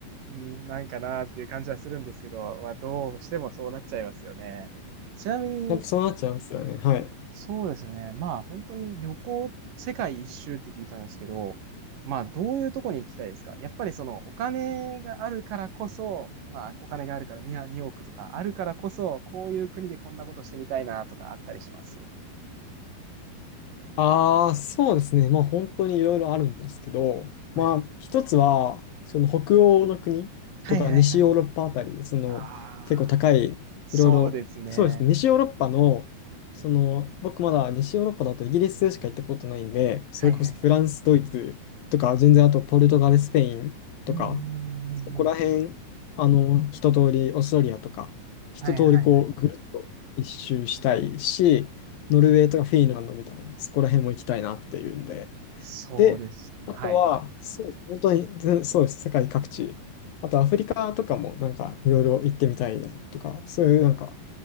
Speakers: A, on the right; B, on the left.
A: うん、なんかなっていう感じはするんですけど、まあどうしてもそうなっちゃいますよね。ちなみに、
B: やっぱそうなっちゃいますよね。はい。
A: そうですね。まあ本当に旅行、世界一周って聞いたんですけど、まあどういうとこに行きたいですかやっぱりそのお金があるからこそ、まあお金があるから2、2億とかあるからこそ、こういう国でこんなことしてみたいなとかあったりします
B: ああ、そうですね。まあ本当にいろいろあるんですけど、
A: はいはい。
B: まあ一つは、その北欧の国とか西ヨーロッパあたり、
A: はいはいはい。
B: その結構高い、
A: ああ、そうですね。
B: いろいろ、そうですね。西ヨーロッパの、その僕まだ西ヨーロッパだとイギリスしか行ったことないんで、それこそフランス、
A: はいはいはい。
B: ドイツとか、全然あとポルトガル、スペインとか、
A: うんうんうんうんうん。
B: そこら辺、あの、一通り、オーストラリアとか、一通りこう、
A: はいはいはい。
B: ぐるっと一周したいし、ノルウェーとかフィンランドみたいな、
A: はい。
B: そこら辺も行きたいなっていうんで。
A: そうですね。
B: で、あとは、
A: はい。
B: そう、本当に、全そうです、世界各地。あとアフリカとかもなんかいろいろ行ってみたいなとか、そういうなんか、